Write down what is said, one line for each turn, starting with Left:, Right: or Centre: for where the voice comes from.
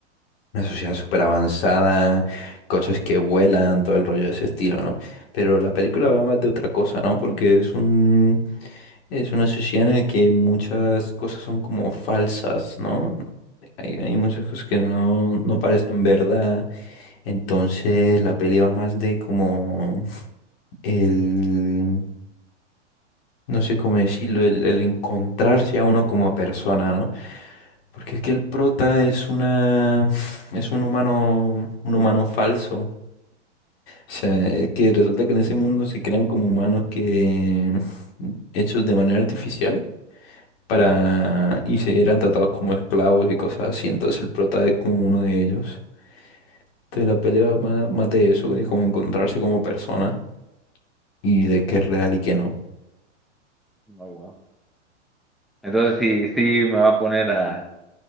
Left: una sociedad
Centre: Okay.
Left: súper avanzada, coches que vuelan, todo el rollo de ese estilo, ¿no? Pero la película va más de otra cosa, ¿no? Porque es un, es una sociedad en la que muchas cosas son como falsas, ¿no? Hay, hay muchas cosas que no, no parecen verdad entonces la peli va más de como el, no sé cómo decirlo, el, el encontrarse a uno como persona, ¿no? Porque es que el prota es una, <laughs> es un humano, un humano falso. O sea,
Centre: ok.
Left: es que resulta que en ese mundo se crean como humanos que <laughs> hechos de manera artificial para
Centre: Ajá.
Left: y se eran tratados como esclavos y cosas así. Entonces el prota es como uno de ellos. Entonces la pelea va más, más de eso, de cómo encontrarse como persona. y de qué es real y qué no.
Centre: Oh, wow. Entonces sí, sí me va a poner a,